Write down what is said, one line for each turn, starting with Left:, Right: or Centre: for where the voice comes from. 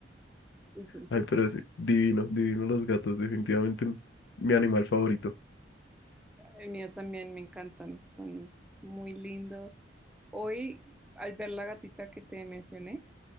Centre: Sí, sí.
Left: Ay, pero sí, divino, divino los gatos, definitivamente mi animal favorito.
Centre: El mío también me encantan, son muy lindos. Hoy, al ver la gatita que te mencioné,